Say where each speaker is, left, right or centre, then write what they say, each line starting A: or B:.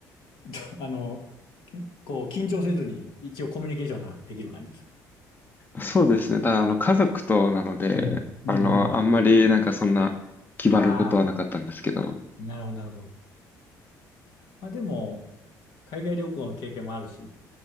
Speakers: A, on the left; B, on the left.
A: <laughs> あの、いこう、緊張せずに一応コミュニケーションができる感じですか
B: そうですね。ただ、あの、家族となので、
A: うん、うん、
B: あの、
A: うん。
B: あんまりなんかそんな気張ることはなかったんですけど、
A: ああ。なるほど、なるほど。まあでも、海外旅行の経験もあるし、